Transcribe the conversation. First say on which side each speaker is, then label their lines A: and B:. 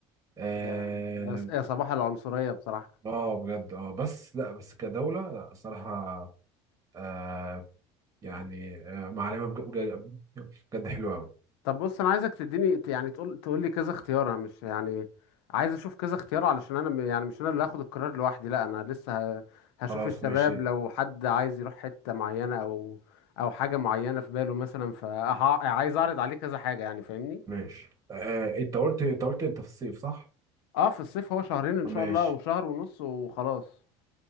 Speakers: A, on the right; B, on the left.
A: اه
B: ده يا صباح العنصرية بصراحة
A: آه، بجد اه بس لا بس كدوله لا الصراحه آه يعني آه معلمه بجد بجد حلوه قوي
B: طب بص انا عايزك تديني ت- يعني تقول تقول لي كذا اختيار انا مش يعني عايز اشوف كذا اختيار علشان انا م- يعني مش انا اللي هاخد القرار لوحدي لا انا لسه ه- هشوف
A: خلاص
B: الشباب
A: ماشي
B: لو حد عايز يروح حتة معينة او او حاجة معينة في باله مثلا فعايز اعرض عليه كذا حاجة يعني فاهمني
A: ماشي آه انت قلت انت قلت انت في الصيف صح
B: اه في الصيف هو شهرين ان
A: ماشي
B: شاء الله او شهر ونص وخلاص